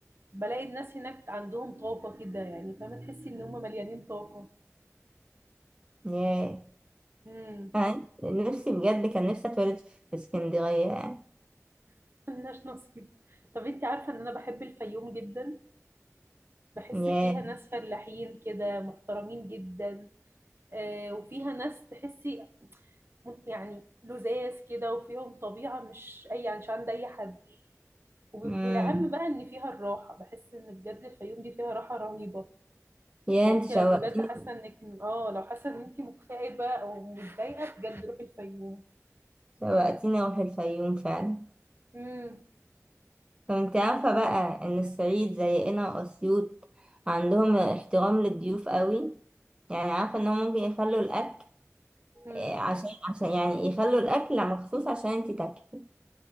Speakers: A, on the right (about 45°); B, on the right (about 20°).
A: بلاقي الناس هناك عندهم طاقة كده يعني فاهمة تحسي ان هم مليانين طاقة
B: ياه
A: امم
B: أنا نفسي بجد كان نفسي أتولد في اسكندرية يعني
A: <laughs> ملناش نصيب طب انت عارفة ان انا بحب الفيوم جدا بحس
B: ياه
A: فيها ناس فلاحين كده محترمين جدا آه وفيها ناس تحسي م- يعني لذاذ كده وفيهم طبيعة مش اي يعني مش عند اي حد وب-
B: مم.
A: والاهم بقى ان فيها الراحة بحس ان بجد الفيوم دي فيها راحة رهيبة
B: ياه
A: يعني
B: انت
A: انت
B: شوقتيني
A: لو بجد حاسه انك اه لو حاسه ان انت مكتئبه او متضايقه بجد روحي الفيوم
B: شوقتيني أروح الفيوم فعلا
A: امم
B: طب انت عارفة بقى ان الصعيد زينا واسيوط عندهم احترام للضيوف قوي يعني عارفة انهم ممكن يخلوا الاكل
A: امم
B: آه، عشان عشان يعني يخلوا الاكل مخصوص عشان انت تاكلي